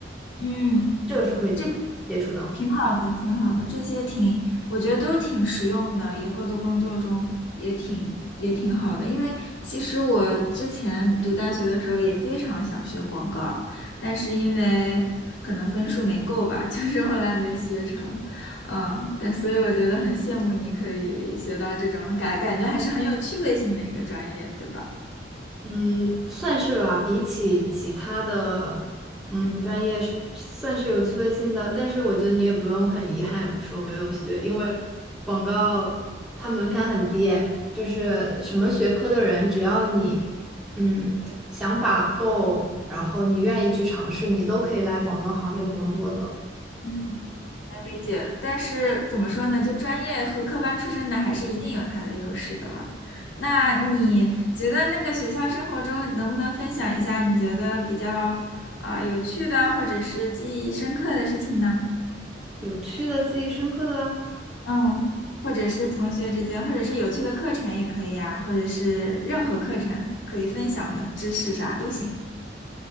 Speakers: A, on the left; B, in the centre.
A: 嗯，
B: 这个是会接触到的
A: 这挺好的，挺好的，这些挺，我觉得都挺实用的，以后的工作中也挺也挺好的。因为其实我之前读大学的时候也非常想学广告，但是因为可能分数没够吧，<laughs> 就是后来没学成。嗯，但所以我觉得很羡慕你可以学到这种感，感觉还是很有趣味性的一个专业，对吧？
B: 嗯，算是吧，比起其他的，嗯，专业是算是有趣味性的，但是我觉得你也不用很遗憾说没有学，因为广告它门槛很低诶，就是什么学科的人，只要你嗯想法够，然后你愿意去尝试，你都可以来广告行业工作的，
A: 嗯。能理解，但是怎么说呢？就专业和科班出身的，还是一定有它的优势的了。那你觉得那个学校生活中，能不能分享一下你觉得比较啊、有趣的，或者是记忆深刻的事情呢？
B: 有趣的、记忆深刻的啊，
A: 嗯，或者是同学之间，或者是有趣的课程也可以啊，或者是任何课程可以分享的知识啥都行。